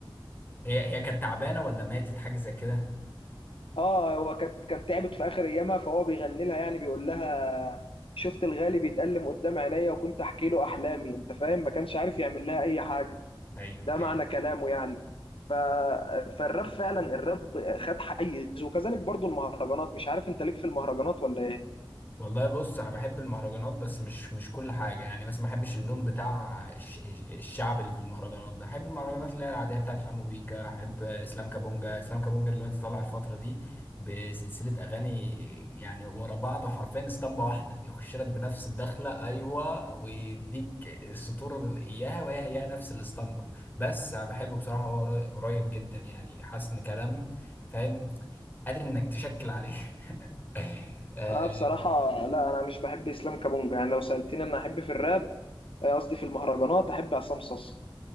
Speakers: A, on the left; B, on the left.
A: هي هي كانت تعبانة ولا ماتت حاجة زي كده
B: اه هو كانت كان تعبت في اخر ايامها فهو بيغني لها يعني بيقول لها شفت الغالي بيتألم قدام عينيا وكنت احكي له احلامي انت فاهم ما كانش عارف يعمل لها اي حاجة
A: ايوه
B: ده
A: ايوه
B: معنى كلامه يعني ف... فالراب فعلا الراب خد حيز وكذلك برضو المهرجانات مش عارف انت ليك في المهرجانات ولا ايه
A: والله بص انا بحب المهرجانات بس مش مش كل حاجه يعني مثلا ما بحبش اللون بتاع الش... الشعب اللي في المهرجانات ده بحب المهرجانات اللي هي العاديه بتاعت حمو بيكا احب اسلام كابونجا اسلام كابونجا دلوقتي طالع الفتره دي بسلسله اغاني يعني ورا بعض وحرفيا اسطمبه واحده يخش لك بنفس الدخله ايوه ويديك السطور اللي اياها وهي هي نفس الاسطمبه بس انا بحبه بصراحه هو قري- قريب جدا يعني حاسس ان كلامه فاهم قادر انك تشكل عليه <laughs>
B: انا بصراحة لا انا مش بحب اسلام كابونجا يعني لو سألتني انا احب في الراب آه، قصدي في المهرجانات احب عصام صاصا